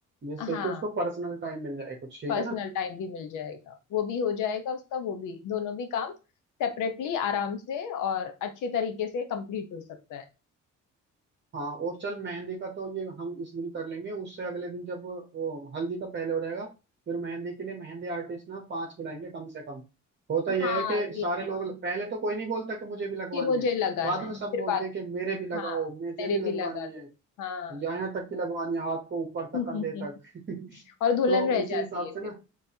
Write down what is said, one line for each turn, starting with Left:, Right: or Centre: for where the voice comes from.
Right: जिससे
Left: हाँ
Right: कि उसको पर्सनल टाइम मिल जाए कुछ ठीक
Left: पर्सनल
Right: है ना
Left: टाइम भी मिल जाएगा वो भी हो जाएगा उसका वो भी दोनों भी काम सेपरेटली आराम से और अच्छे तरीके से कंप्लीट हो सकता है
Right: हाँ और चल मेहंदी का तो ये हम इस दिन कर लेंगे उससे अगले दिन जब वो हल्दी का पहले हो जाएगा फिर मेहंदी के लिए मेहंदी आर्टिस्ट ना पांच बुलाएंगे कम से कम होता यह
Left: हाँ
Right: है कि
Left: कि
Right: सारे लोग पहले तो कोई नहीं बोलता कि मुझे भी लगवानी
Left: कि मुझे
Right: है
Left: लगाना
Right: बाद
Left: है
Right: में सब
Left: फिर
Right: बोलते
Left: बात
Right: हैं कि मेरे भी लगाओ
Left: हाँ
Right: मुझे
Left: मेरे
Right: भी लगवानी
Left: भी लगा दो
Right: है
Left: हाँ
Right: यहाँ तक की लगवानी है हाथ को ऊपर
Left: <laughs>
Right: तक कंधे तक <laughs>
Left: और दुल्हन
Right: तो
Left: रह
Right: उसी
Left: जाती
Right: हिसाब से ना
Left: है